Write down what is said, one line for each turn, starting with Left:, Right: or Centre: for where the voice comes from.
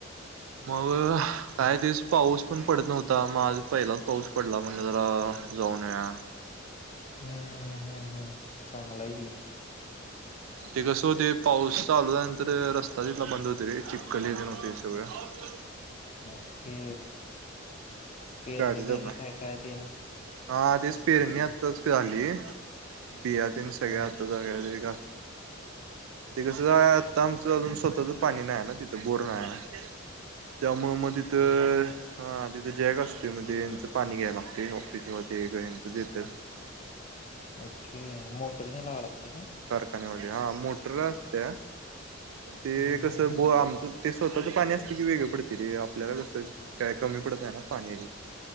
Right: मग काही दिवस पाऊस पण पडत नव्हता म आज पहिलाच पाऊस पडला म्हणल जरा जाऊन या.
Left: हम्म हम्म हम् चांगला आहे की.
Right: ते कसं होते पाऊस चालू झाल्यानंतर रस्ता तिथला बंद होत रे चिक्कल येते. ते सगळं
Left: <inaudible> के पेरणी
Right: गाडी
Left: बेरणी
Right: जात नाही
Left: काय काय ते.
Right: हा तेच
Left: असते
Right: पेरणी
Left: ते.
Right: आताच झााली बिया तेन सगळ
Left: हा
Right: आता जागारी कस आत्ता
Left: अच्छा
Right: आमच अजून स्वतःच पाणी नाही आहे ना तिथं बोर नाही त्यामुळं मग तिथं हा तिथे जॅग असतो मध्ये हचं पाणी घ्यायला लागते ऑफिसमध्ये हचं देत.
Left: ओके मोटर ने लावाय लागतेय रे.
Right: कावा हा मोटर असते ते
Left: हम्म
Right: कस
Left: हम्म हम्म
Right: बोर आमचं. ते स्वतःच पाणी असते की वेगळं पडते रे आपल्याला कसं काय कमी पडत नाही ना पाणी.